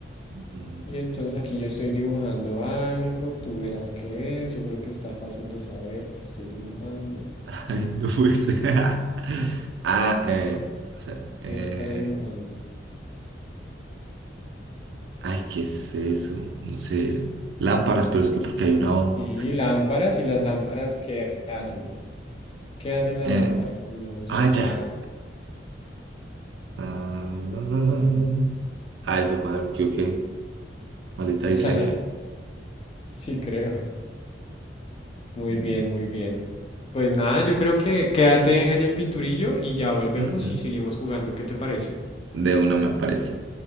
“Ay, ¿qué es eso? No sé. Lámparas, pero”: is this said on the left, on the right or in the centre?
Right